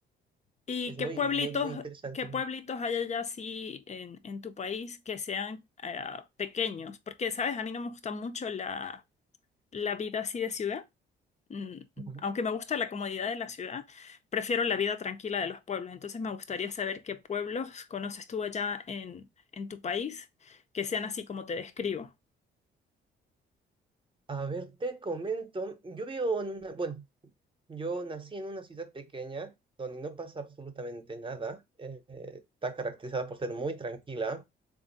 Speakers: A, on the left; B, on the right.
A: ¿Y
B: es
A: qué
B: muy,
A: pueblitos,
B: muy, muy interesante.
A: qué pueblitos hay allá así en, en tu país que sean eh, pequeños? Porque, sabes, a mí no me gusta mucho la, la vida así de ciudad. Mm,
B: Ujú.
A: Aunque me gusta la comodidad de la ciudad, prefiero la vida tranquila de los pueblos. Entonces me gustaría saber qué pueblos conoces tú allá en, en tu país que sean así como te describo.
B: A ver, te comento, yo vivo en una, bueno, yo nací en una ciudad pequeña donde no pasa absolutamente nada, eh, eh, está caracterizada por ser muy tranquila,